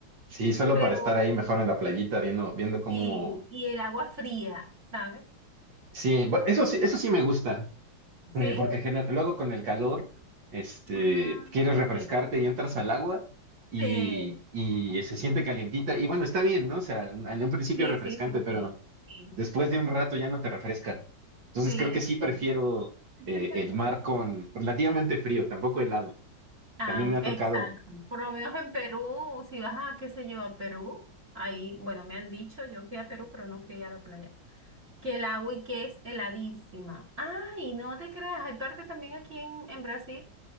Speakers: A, on the right; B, on the right.
A: sí, solo
B: Pero
A: para estar ahí mejor en la playita viendo, viendo cómo.
B: sí, y el agua fría, ¿sabes?
A: Sí, bu- eso sí, eso sí me gusta.
B: ¿Sí?
A: Eh, porque gener- luego con el calor, este,
B: Ah,
A: quieres
B: ok.
A: refrescarte y entras al agua y,
B: Sí,
A: y se siente calientita. Y bueno, está bien, ¿no? O sea, en un principio
B: sí,
A: refrescante,
B: sí, sí,
A: pero
B: sí, sí,
A: después de un rato ya no te refresca. Entonces
B: sí,
A: creo
B: es
A: que sí prefiero
B: chévere. <laughs>
A: eh, el mar con relativamente frío, tampoco helado.
B: Ah,
A: También
B: ok,
A: me ha tocado,
B: exacto. Por lo menos en Perú, si vas a, qué sé yo, a Perú, ahí, bueno, me han dicho, yo fui a Perú, pero no fui a la playa, que el agua y que es heladísima. Ay, no te creas, hay parte también aquí en, en Brasil,